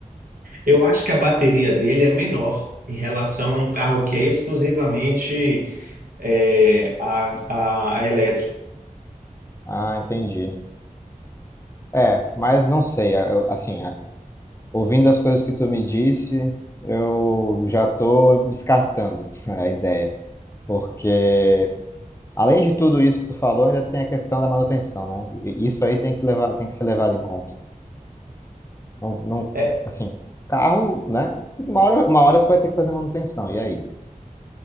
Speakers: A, on the right; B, on the left.
A: Eu acho que a bateria dele é menor em relação a um carro que é exclusivamente eh, a, a a elétrico.
B: Ah, entendi. É, mas não sei, eu- assim, a- ouvindo as coisas que tu me disse, eu já tô descartando <laughs> a ideia, porque além de tudo isso que tu falou, ainda tem a questão da manutenção, né? E Isso aí tem que levar, tem que ser levado em conta. Não, não,
A: É,
B: assim, carro, né? Uma hora, uma hora tu vai ter que fazer manutenção, e aí?